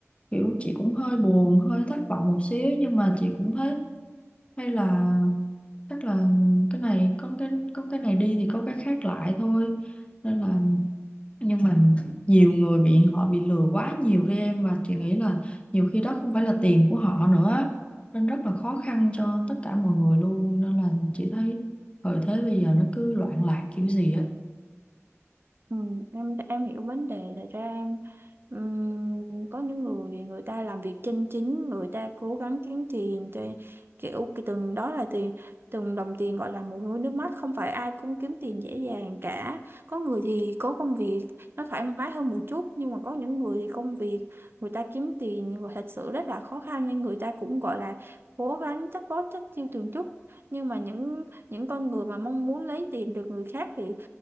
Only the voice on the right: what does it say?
Ừ, em em hiểu vấn đề thật ra em ừm, có những người người ta làm việc chân chính người ta cố gắng kiếm tiền cho kiểu cái từng đó là tiền từng đồng tiền gọi là một nỗi nước mắt không phải ai cũng kiếm tiền dễ dàng cả có người thì có công việc nó thoải mái hơn một chút nhưng mà có những người thì công việc người ta kiếm tiền gọi thật sự rất là khó khăn nên người ta cũng gọi là cố gắng chắc bó chắc chiêu từng chút nhưng mà những những con người mà mong muốn lấy tiền từ người khác thì